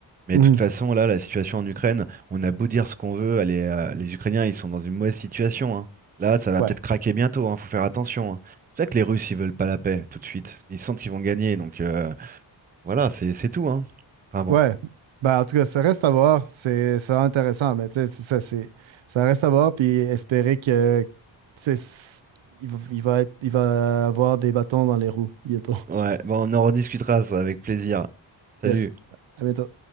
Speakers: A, on the right; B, on the right.
A: Mais
B: mhm,
A: de toute façon, là, la situation en Ukraine, on a beau dire ce qu'on veut, les, euh, les Ukrainiens, ils sont dans une mauvaise situation, hein. Là, ça va
B: Ouais.
A: peut-être craquer bientôt, hein, faut faire attention. hein. C'est pour ça que les Russes, ils veulent pas la paix tout de suite. Ils sentent qu'ils vont gagner, donc euh, voilà, c'est c'est tout, hein. Enfin bon,
B: Ouais. Ben, en tout cas, ça reste à voir. C'est c'est vraiment intéressant, mais tu sais, c'est ça, c'est, ça reste à voir, puis espérer que, tu sais, c- il va, il va être, il va avoir des bâtons dans les roues bientôt. <laughs>
A: ouais, bon, on en rediscutera ça avec plaisir. Salut.
B: Yes. À bientôt.